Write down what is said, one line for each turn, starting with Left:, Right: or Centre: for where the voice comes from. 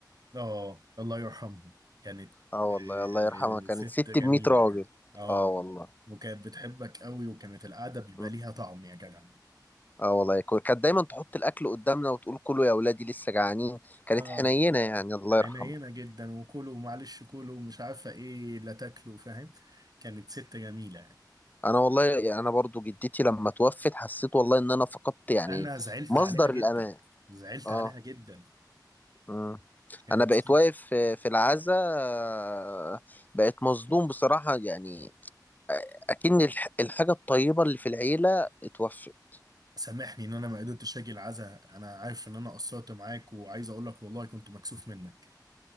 Right: اه الله يرحمها كانت
Left: اه
Right: آه،
Left: والله الله يرحمها كانت
Right: ست
Left: ست
Right: جميلة
Left: ب 100 راجل
Right: يعني اه
Left: اه
Right: والله
Left: والله
Right: وكانت بتحبك قوي وكانت القعدة بيبقى
Left: مم.
Right: ليها طعم يا جدع
Left: اه والله كو- كانت دايما تحط الاكل قدامنا وتقول كلوا يا ولادي لسه جعانين كانت
Right: اه
Left: حنينه يعني الله
Right: حنينة
Left: يرحمها
Right: جدا وكلوا معلش كلوا ومش عارفة ايه لا تاكلوا فاهم كانت ست جميلة يعني
Left: انا والله يعني انا برضو جدتي لما توفت حسيت والله ان انا فقدت يعني
Right: انا زعلت
Left: مصدر
Right: عليها جدا
Left: الامان
Right: زعلت
Left: اه
Right: عليها جدا
Left: امم
Right: كانت
Left: انا بقيت
Right: ست
Left: واقف في في العزاء آه، بقيت مصدوم بصراحة يعني آه، اكن الح- الحاجة الطيبة اللي في العيلة اتوفت
Right: سامحني ان انا ما قدرتش اجي العزاء انا عارف ان انا قصرت معاك وعايز اقول لك والله كنت مكسوف منك